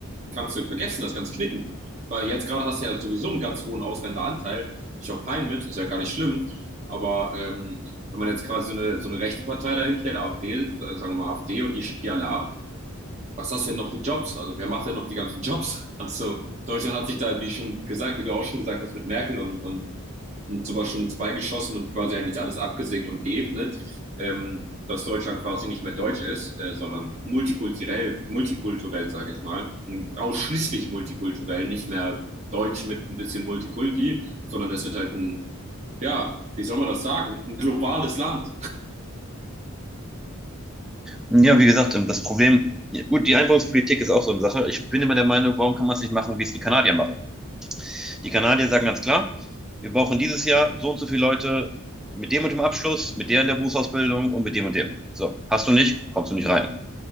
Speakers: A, on the right; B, in the centre.
A: kannst du vergessen, das kannst knicken. Weil jetzt gerade hast du ja sowieso einen ganz hohen Ausländeranteil. Ich auch fein mit, ist ja gar nicht schlimm. Aber ähm, wenn man jetzt quasi so eine, so eine rechte Partei dahin stellt, AfD, sagen wir mal AfD, und die schickt die alle ab, was hast du denn noch für Jobs? Also wer macht denn noch die ganzen Jobs? <laughs> Also Deutschland hat sich da, wie schon gesagt, wie du auch schon gesagt hast, mit Merkel und, und, und sowas schon ins Bein geschossen und quasi eigentlich alles abgesägt und geebnet, ähm, dass Deutschland quasi nicht mehr deutsch ist, äh, sondern multikulturell, multikulturell, sage ich mal, ausschließlich multikulturell, nicht mehr deutsch mit ein bisschen Multikulti, sondern es wird halt ein, ja, wie soll man das sagen, ein globales Land.
B: Ja, wie gesagt, ähm, das Problem, ja, gut, die Einwanderungspolitik ist auch so eine Sache. Ich bin immer der Meinung, warum kann man es nicht machen, wie es die Kanadier machen? Die Kanadier sagen ganz klar, wir brauchen dieses Jahr so und so viele Leute mit dem und dem Abschluss, mit der in der Berufsausbildung und mit dem und dem. So, hast du nicht, kommst du nicht rein.